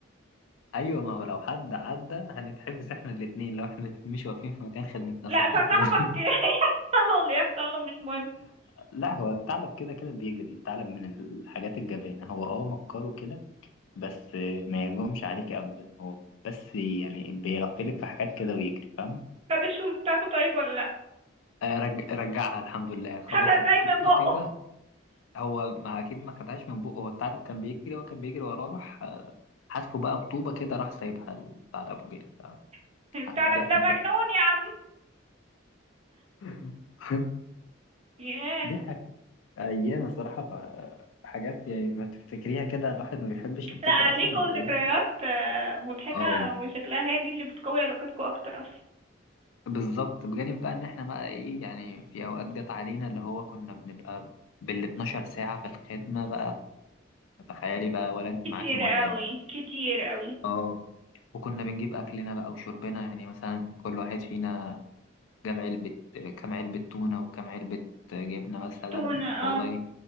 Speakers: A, on the left; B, on the right.
A: ايوه ما هو لو حد عدى هنتحبس احنا الاثنين لو احنا الاتنين مش واقفين في مكان خدمتنا
B: لا
A: صباح
B: فصاحبك
A: الفل
B: <laughs> يحصل له اللي يحصل له مش مهم
A: <laughs> لا هو الثعلب كده كده بيجري الثعلب من الحاجات الجبانه هو اه مكره كده بس ما يهجمش عليك ابدا هو بس يعني بيغفلك في حاجات كده ويجري فاهمه
B: خد الشوز بتاعته طيب ولا لا
A: آه، رج... رجعها الحمد لله خبطوا
B: خدها ازاي
A: بطوبه
B: من بقه
A: كده هو ما اكيد ما خدهاش من بقه هو الثعلب كان بيجري هو كان بيجري وراه راح آه، حاسبه بقى بطوبه كده راح سايبها الثعلب وجري
B: <laughs> الثعلب
A: فدي احمد
B: ده مجنون يا عم
A: ربنا <laughs>
B: ياه
A: دي ح- ايام الصراحه ف- حاجات يعني ما تفتكريها كده الواحد ما بيحبش يفتكر
B: لا
A: اصلا
B: ليكوا
A: الايام
B: ذكريات
A: دي
B: آه، مضحكة
A: اه
B: وشكلها هي دي اللي بتقوي علاقتكوا أكتر أصلا
A: بالظبط بجانب بقى ان احنا بقى ايه يعني في اوقات جت علينا اللي هو كنا بنبقى بال 12 ساعه في الخدمه بقى تخيلي بقى ولا انت
B: كتير
A: معاكي ميه
B: قوي
A: ولا
B: كتير قوي
A: اه وكنا بنجيب اكلنا بقى وشربنا يعني مثلا كل واحد فينا جاب علبة كام علبة تونة وكام علبة جبنة مثلا
B: تونة اه
A: والله